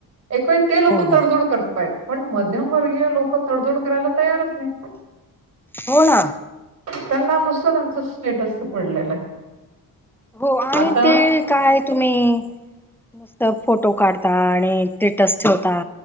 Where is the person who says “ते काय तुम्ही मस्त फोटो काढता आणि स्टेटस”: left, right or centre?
Centre